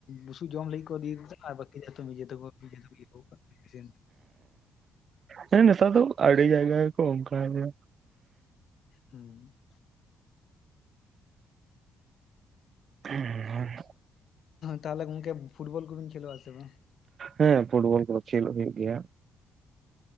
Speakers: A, on the left (about 60°); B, on the right (about 50°).
A: ᱵᱩᱥᱩ ᱡᱚᱢ ᱞᱟᱹᱜᱤᱫ ᱠᱚ ᱤᱫᱤᱭᱟ ᱠᱚ, ᱛᱮ ᱟᱨ ᱵᱟᱠᱤ ᱡᱚᱛᱚ ᱱᱤᱡᱮᱛᱮᱠᱚ ᱱᱤᱡᱮᱛᱮ ᱠᱚ ᱤᱭᱟᱹᱜᱚᱜ ᱠᱟᱜᱼᱟ᱾ ᱡ <inaudible> <unintelligible>
B: ᱦᱮᱸ ᱱᱮᱛᱟᱨ ᱫᱚ ᱟᱹᱰᱤ ᱡᱟᱭᱜᱟ ᱜᱮ ᱠᱚ ᱚᱝᱠᱟ ᱜᱮ᱾
A: ᱦᱩᱸ,
B: ᱦᱮᱸ <inaudible>
A: ᱛᱟᱦᱚᱞᱮ ᱜᱚᱝᱠᱮ ᱯᱷᱩᱴᱵᱚᱞ ᱠᱚᱵᱤᱱ, ᱠᱷᱮᱞᱚᱜᱼᱟ ᱥᱮ ᱵᱟᱝ?
B: ᱦᱮᱸ ᱯᱷᱩᱴᱵᱚᱞ ᱠᱚᱫᱚ, ᱠᱷᱮᱞᱚᱜ ᱦᱳᱭᱳᱜ ᱜᱮᱭᱟ᱾